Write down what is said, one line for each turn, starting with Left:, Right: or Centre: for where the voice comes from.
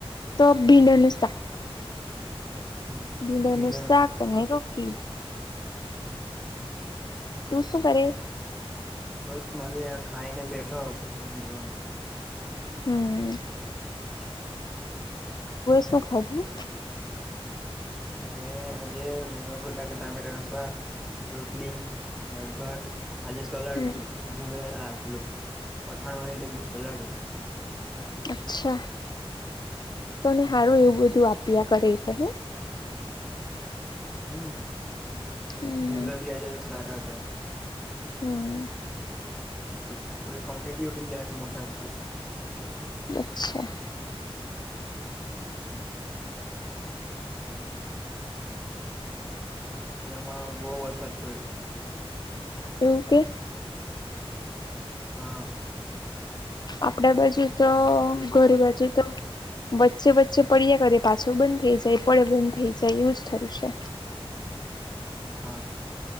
Left: તો ભીંડાનું શાક
Centre: હમ
Left: ભીંડાનું
Centre: ભીંડા
Left: શાક અને રોટલી
Centre: હમ <inaudible>
Left: તું શું કરે
Centre: બસ મે ભી ખાઈને બેઠો તો ઊઘવાનું
Left: હમ
Centre: <inaudible>
Left: શો <unintelligible> ખાધું
Centre: મેં આજે વેંગણ બટાકા ટમેટા નું શાક રોટલી દાળભાત આજે સલાડ
Left: હમ
Centre: હતું ભુંગરા પેલું અથાણાની જગ્યાએ સલાડ હતું
Left: અચ્છા તને સારું
Centre: હતું
Left: એવું બધું આપ્યા કરે એટલે હે
Centre: હમ
Left: હમ
Centre: ભુંગરા ભી આજે તો સારા હતા
Left: હમ
Centre: થોડી થોડી ક્વન્ટિટીે મોટા તા
Left: અચ્છા.
Centre: હમ <inaudible> આજે અમાં બહુ વરસાદ પડ્યો
Left: એવું કે
Centre: હા
Left: આપડા બાજુ તો
Centre: આજે આજે બહુ
Left: ઘર
Centre: વરસાદ
Left: બાજુ તો વચ્ચે વચ્ચે પડ્યા કરે પાછો બંધ થઈ જાય પડે બંધ થઈ જાય એવું જ થરું છે.
Centre: હા.